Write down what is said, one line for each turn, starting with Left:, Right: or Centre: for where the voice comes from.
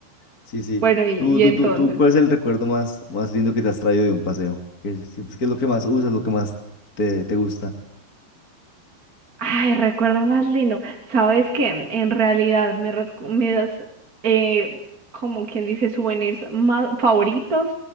Left: Sí, sí.
Right: bueno, y, y
Left: ¿Tú, tú,
Right: entonces.
Left: tú, tú, cuál es el recuerdo más, más lindo que te has traído de un paseo? ¿Qué sientes que es lo que más usas, lo que más te, te gusta?
Right: Ay, recuerdo más lindo. Sabes que en realidad mis, rescu- mis, eh, como quien dice, souvenirs más favoritos